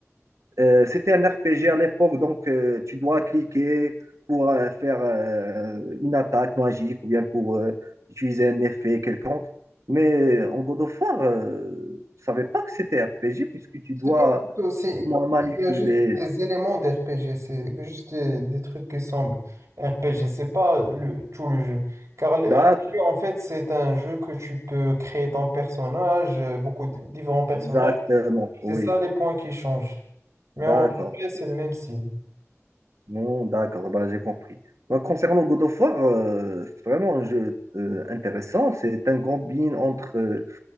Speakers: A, on the right; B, on the right.
A: Euh, c'était un RPG à l'époque, donc euh, tu dois cliquer pour euh, faire euh, une attaque magique ou bien pour euh, utiliser un effet quelconque. Mais en God of War, euh, je savais pas que c'était RPG puisque tu
B: C'est
A: dois
B: pas plutôt, c'est,
A: moi, manipuler.
B: il y a juste des éléments d'RPG, c'est juste des, des trucs qui semblent RPG, c'est pas le, tout le jeu. Car le
A: D'accord,
B: RPG, en fait, c'est un jeu que tu peux créer ton personnage, euh, beaucoup de différents personnages.
A: exactement, oui,
B: C'est ça les points qui changent. Mais
A: d'accord.
B: en vrai, c'est le même style.
A: Non, d'accord, ben, j'ai compris. Ben, concernant God of War, euh, c'est vraiment un jeu euh, intéressant. C'est un combine entre euh,